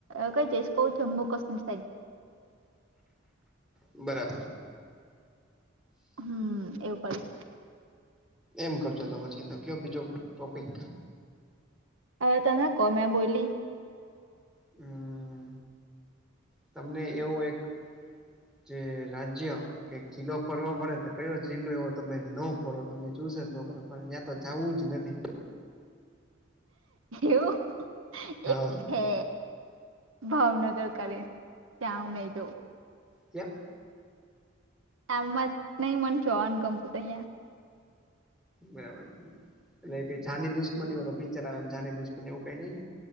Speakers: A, on the right; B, in the centre.
A: અ કઈ જેસકોવ જમુ કસમી સ
B: બરાબર.
A: જઈશ હમ એવું પ
B: એમ કરજો તો પછી તો કયો બીજો ટોપિક,
A: અ તમે કો મેં બોલી.
B: હમ તમને એવું એક, જે રાજ્ય, કે જીલો ફરવા મળડે તો કયો જિલ્લો એવો તમે ન ફરો તમે ચુસ જ ન કરો. તો જવું જ નથી.
A: એવું
B: હા
A: એક. હે ભાવનગર કરી જ આવન એ જઉ.
B: કેમ?
A: એમ જ નહ મને જોવાનું ગમતું હત અહિયાયા.
B: બરાબર છે એટલે કે જાની દુશ્મની ઓ પિક્ચર આવે એ છાની દુશ્મની એવું કઈ નઈ ને,